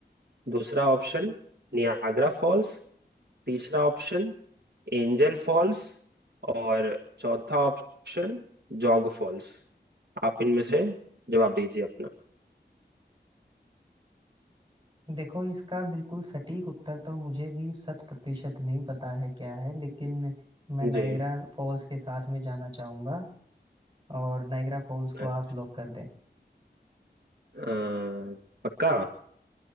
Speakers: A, on the right; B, on the right.
A: दूसरा ऑप्शन नियाग्रा फॉल्स तीसरा ऑप्शन एंजल फॉल्स और चौथा ऑप्शन जॉग फॉल्स आप इनमें से जवाब दीजिए अपना
B: देखो इसका बिल्कुल सटीक उत्तर तो मुझे भी शत प्रतिशत नहीं पता है क्या है लेकिन मैं नाइग्रा
A: जी
B: फॉल्स के साथ में जाना चाहूंगा और नाइग्रा फॉल्स
A: अ-
B: को आप लॉक कर दें
A: अ, पक्का